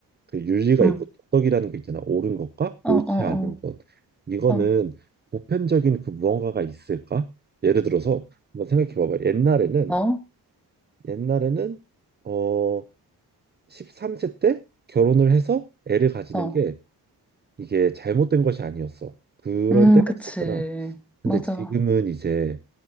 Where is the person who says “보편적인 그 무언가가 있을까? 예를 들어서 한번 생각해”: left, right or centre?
Right